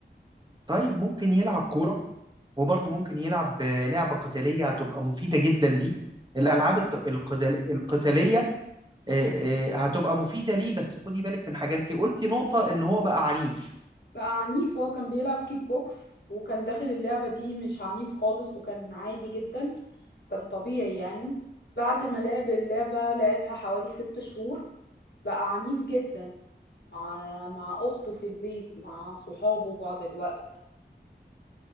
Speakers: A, on the right (about 25°); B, on the left (about 65°).
A: طيب ممكن يلعب كورة وبرضه ممكن يلعب آه، لعبة قتالية هتبقى مفيدة جدا ليه الألعاب
B: ما هو
A: الت- القتال- القتالية آه، آه، هتبقى مفيدة ليه بس خدي بالك من حاجة انت قلتي نقطة ان هو بقى عنيف
B: بقى عنيف هو كان بيلعب كيك بوكس وكان داخل اللعبة دي مش عنيف خالص وكان عادي جدا كان طبيعي يعني بعد ما لعب اللعبة لعبها حوالي ست شهور بقى عنيف جدا مع مع أخته في البيت مع صحابه بعض الوقت